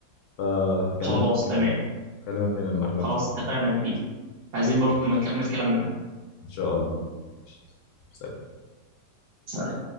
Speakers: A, on the left (about 70°); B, on the right (about 75°).
A: فهكلمك
B: خلاص تمام
A: آه، هكلمك تاني لما ارجع
B: خلاص
A: ان شاء
B: اتفقنا كبير عايزين برضه
A: الله
B: لما نكمل كلامنا
A: ان شاء الله ماشي سلام
B: ده